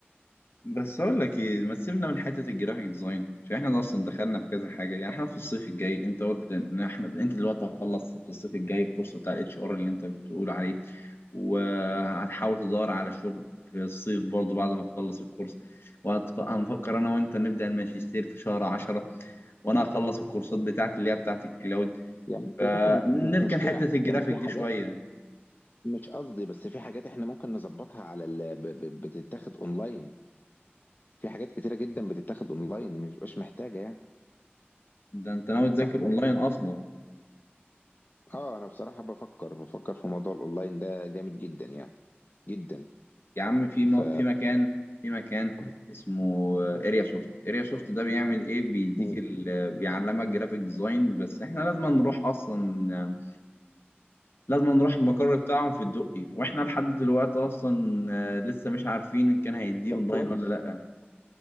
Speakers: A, on the left; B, on the left.
A: بس اقول لك ايه ما تسيبنا من حته الجرافيك ديزاين عشان احنا اصلا دخلنا في كذا حاجه يعني احنا في الصيف الجاي انت قلت ان احنا انت دلوقتي هتخلص في الصيف الجاي الكورس بتاع الاتش ار اللي انت بتقول عليه وهتحاول تدور على شغل في الصيف برضو بعد ما تخلص الكورس وهنفكر انا وانت نبدأ الماجستير في شهر عشرة وانا هخلص الكورسات بتاعتي اللي هي بتاعت الكلاود
B: يعني
A: فنركن
B: يا باشا مش مشكله
A: حتة
B: على فكره
A: الجرافيك
B: ما في حاجات
A: دي شوية
B: مش قصدي بس في حاجات احنا ممكن نظبطها على ال... ب... ب... بتتاخد اونلاين في حاجات كتيره جدا بتتاخد اونلاين مش مش محتاجه يعني
A: ده انت ناوي تذاكر
B: صح
A: اونلاين اصلا
B: اه انا بصراحه بفكر بفكر في موضوع الاونلاين ده جامد جدا يعني جدا
A: يا عم في
B: ف
A: م... في مكان في مكان اسمه اريا سوفت اريا سوفت ده بيعمل ايه بيديك
B: مم.
A: ال... بيعلمك جرافيك ديزاين بس احنا لازم نروح اصلا لازم نروح المقر بتاعهم في الدقي واحنا لحد دلوقتي اصلا آه، لسه مش عارفين ان كان هيديه
B: طب
A: اونلاين
B: كويس
A: ولا لا